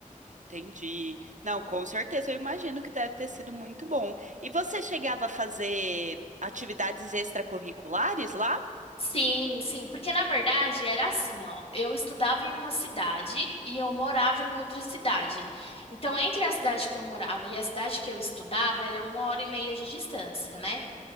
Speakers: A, on the right (about 65°); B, on the left (about 45°).
A: Entendi. Não, com certeza, eu imagino que deve ter sido muito bom. E você chegava a fazer atividades extracurriculares lá?
B: Sim, sim, porque na verdade era assim, ó. Eu estudava em uma cidade e eu morava em outra cidade. Então, entre a cidade que eu morava e a cidade que eu estudava, era uma hora e meia de distância, né?